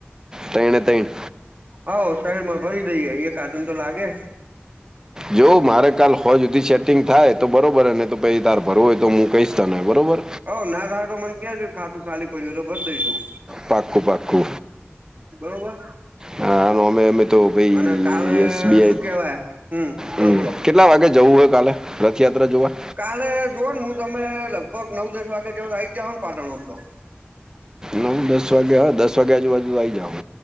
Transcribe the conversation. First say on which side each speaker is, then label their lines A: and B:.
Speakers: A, on the right; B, on the right.
A: તઈણે તઈણ
B: હવ તઈણમાં ભરી દઈએ એકાદુંન તો લાગે
A: જો મારે કાલ હોંજ હુદી સેટિંગ થાય તો બરોબર હે નઈ તો પઈ તાર ભરવું હોય તો મુ કઇસ તને બરોબર
B: હોવ ના થાય તો મન કેજો ખાતું ખાલી પડ્યું હોય તો ભર દઈશું
A: પાક્કુ પાક્કુ
B: બરોબર.
A: હા અન ઓમય અમે તો ભઈ
B: અને કાલે
A: એસબઆઈ
B: શું કેવાય બોલો
A: હમ
B: બોલો
A: કેટલા વાગે જવું હે કાલે? રથયાત્રા જોવા
B: કાલે જોવોન હું તમે લગભગ નવ દસ વાગે જેવું તો આઈ જ જાવહોન પાટણ હુદી તો
A: નવ દસ વાગ્યા હ દસ વાગ્યા આજુ બાાજુ આવી જાહુ